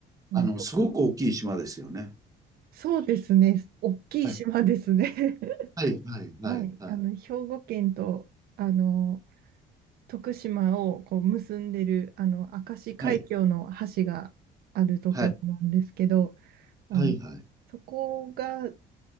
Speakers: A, on the right; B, on the right.
A: あの、
B: あの、そこ、
A: すごく大きい島ですよね。
B: そうですね、大きい島ですね。
A: はい。
B: <laughs>
A: はい。はい。はい。
B: はい、
A: はい。
B: あの、兵庫県と、あの、徳島をこう結んでる、あの、明石海峡の橋があるところなんですけど、
A: はい。はい。
B: あの、
A: はい。はい。
B: そこが